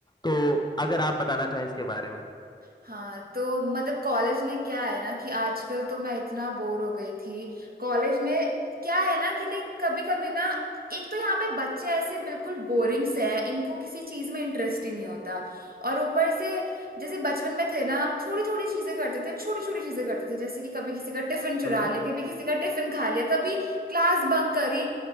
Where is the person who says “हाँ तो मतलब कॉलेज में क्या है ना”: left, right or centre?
Right